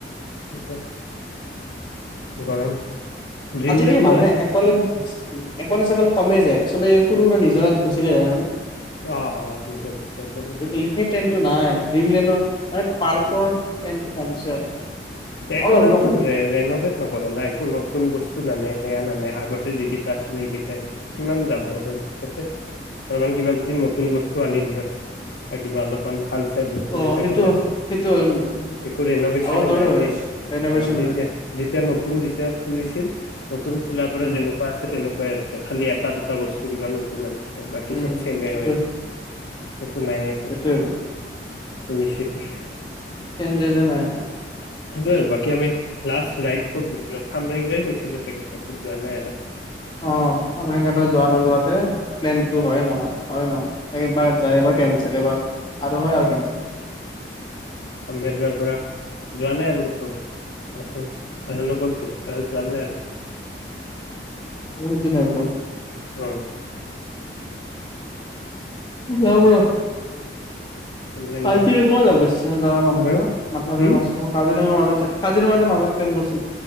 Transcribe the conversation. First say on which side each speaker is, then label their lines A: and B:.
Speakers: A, on the left; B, on the left.
A: এ গৰম ড্ৰিমলেণ্ডো
B: আজিকালি মানুহে
A: আছে
B: এক'লেণ্ড চেকলেণ্ড কমেই যায় চবে সৰু সুৰা নিজৰা গুচি যায়
A: অ', অ', নিজৰ
B: সেই ট্ৰেইনটো নাই ড্ৰিম লেনৰ মানে পাৰ্কৰ টেমটো কমিছে
A: এক'লেণ্ড
B: অলপ হ'লেও কমিছে
A: খন ৰেনভেত ন নাই একো নতুন বস্তু নানে আগতে যি কিটা আছিলে সেই কিটা কিমান যাব আৰু অলপমান কিবা যদি নতুন বস্তু আনিল হয় কিবা অলপ ভাল ছাৰবস্তু
B: অ
A: যে
B: সেইটো
A: গ'লে
B: সেইটো হয় কিন্তু
A: একো ৰেনগেশনে
B: আগৰ দৰে
A: নাই
B: হৈ আছে ৰেন'ভেচন
A: অ যেতিয়া
B: নাই
A: যেতিয়া নতুন যেতিয়া খুলিছিল নতুন খোলাৰ পৰা
B: উম
A: যেনেকুৱা আছে তেনেকুৱাই আছিল খালি এটা দুটা বস্তু কিবা নতুন আনিছে বাকী
B: উম
A: চব ছেমে
B: সেইটো
A: হৈ আছে একো নাই, আছে।
B: সেইটোৱে
A: ইনিচিয়েটিভ।
B: <unintelligible>
A: সেইটোৱে আৰু বাকী আমি লাষ্ট ৰাইড ক'ত গৈছিলো? খামৰেংগই গৈছিলো চাগে, তাৰপাছত যোৱা নাই আৰু।
B: অ আমৰিং ঘাটত যোৱা নোযোৱাতে প্লেনটো হয় নহয়? হয় নহয়। এইবাৰ
A: অ
B: যায়, এইবাৰ কেনচেল এবাৰ। আৰু হয় আৰু কেনচেল।
A: আমেদগৰ পাৰা যোৱা নাই আৰু ক'তো যোৱা নাই আৰু।
B: বহুত দিন হৈ গল।
A: অ
B: যাম ৰ'। <unintelligible>
A: খামৰেংগা
B: কাজিৰঙাৰ মাজতে
A: হা
B: কাজিৰঙা যে
A: হম
B: মাজত ট্ৰেইন গৈছে।